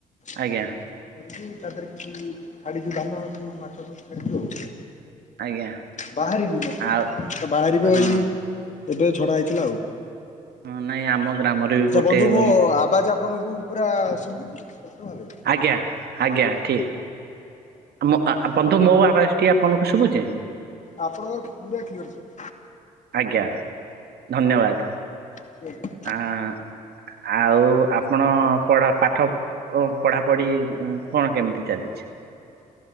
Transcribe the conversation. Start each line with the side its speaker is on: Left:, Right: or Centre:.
Left: ଉନ୍ନତିକରଣ
Right: ଆଜ୍ଞା
Left: ତା ଦେହରେ କିଛି ଛାଡ଼ିଛୁ ଧାନ ସୁ ମାଛ ସ ଛାଡ଼ିଛୁ ଆଉ।
Right: ଆଜ୍ଞା
Left: ବାହାରିନି ମାଛ
Right: ଆଉ
Left: ତ ବାହାରିବ
Right: ହଁ
Left: ଏଇ ଏବେ ଛଡ଼ା ହେଇଥିଲା ଆଉ।
Right: ହଁ ନାଇଁ ଆମ ଗ୍ରାମରେ ବି
Left: ଆଚ୍ଛା
Right: ଗୋଟେ
Left: ବନ୍ଧୁ ମୋ
Right: ଉଁ,
Left: ଆବାଜ ଆପଣଙ୍କୁ ପୁରା ଶୁଭୁଛି ସ୍ପଷ୍ଟ ଭାବେ?
Right: ଆଜ୍ଞା ଆଜ୍ଞା ଠି ଆମ ଆ ବନ୍ଧୁ ମୋ ଆବାଜଟି ଆପଣଙ୍କୁ ଶୁଭୁଛି?
Left: ଆପଣଙ୍କର ପୁରା କ୍ଲିଅର ସୁବୁଛି।
Right: ଆଜ୍ଞା ଧନ୍ୟବାଦ।
Left: କୁହନ୍ତୁ
Right: ଆଁ ଆଉ ଆପଣ ପଢ଼ା ପାଠ ଓ ପଢ଼ାପଢ଼ି କଣ କେମିତି ଚାଲିଛି?